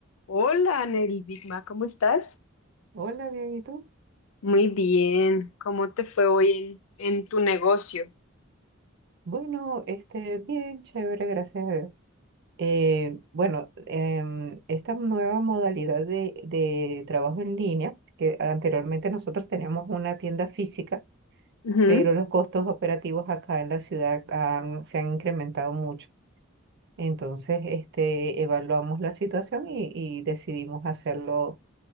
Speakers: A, on the left; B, on the right.
A: Hola, Nelly Bigma, ¿cómo estás?
B: Hola, bien, ¿y tú?
A: Muy bien. ¿Cómo te fue hoy en, en tu negocio?
B: Bueno, este, bien, chévere, gracias a Dios. Eh, bueno, em, esta nueva modalidad de, de trabajo en línea, que anteriormente nosotros teníamos una tienda física,
A: Ujú,
B: pero los costos operativos acá en la ciudad han- se han incrementado mucho. Entonces, este, evaluamos la situación y, y decidimos hacerlo